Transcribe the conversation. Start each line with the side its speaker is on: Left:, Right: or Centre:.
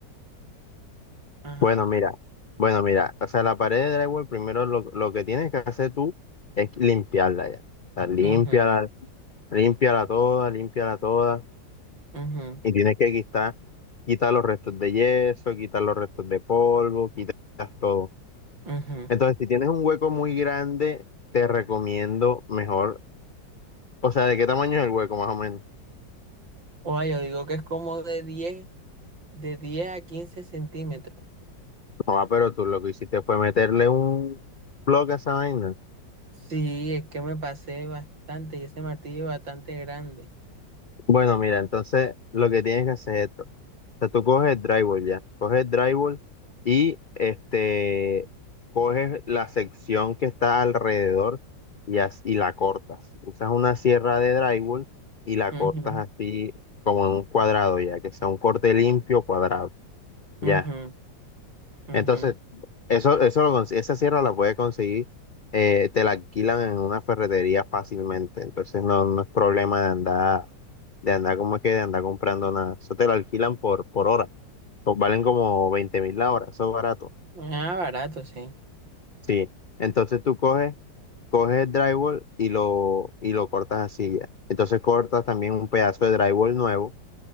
Right: Ajá.
Left: Bueno, mira, bueno, mira, o sea, la pared de drywall, primero lo, lo que tienes que hacer tú es limpiarla ya. O sea, límpiala,
Right: mhm
Left: límpiala toda, límpiala toda.
Right: mhm
Left: Y tienes que quitar, quitar los restos de yeso, quitar los restos de polvo, quitas todo.
Right: mhm
Left: Entonces, si tienes un hueco muy grande, te recomiendo mejor, o sea, ¿de qué tamaño es el hueco más o menos?
Right: O yo digo que es como de 10, de 10 a 15 centímetros.
Left: Joa, pero tú lo que hiciste fue meterle un bloque a esa vaina.
Right: Sí, es que me pasé bastante y ese martillo es bastante grande.
Left: Bueno, mira, entonces lo que tienes que hacer es esto. O sea, tú coges el drywall ya, coges el drywall y este, coges la sección que está alrededor y, as- y la cortas. Usas una sierra de drywall y la
Right: Ujú,
Left: cortas así como en un cuadrado ya, que sea un corte limpio cuadrado. Ya.
Right: ujú, ujú.
Left: Entonces, eso, eso lo, cons- esa sierra la puedes conseguir, eh, te la alquilan en una ferretería fácilmente. Entonces no, no es problema de andar, de andar como es que de andar comprando nada. Eso te lo alquilan por, por hora. Pues valen como veinte mil la hora, eso es barato.
Right: Ah, barato, sí.
Left: Sí. Entonces tú coges, coges el drywall y lo, y lo cortas así ya. Entonces cortas también un pedazo de drywall nuevo,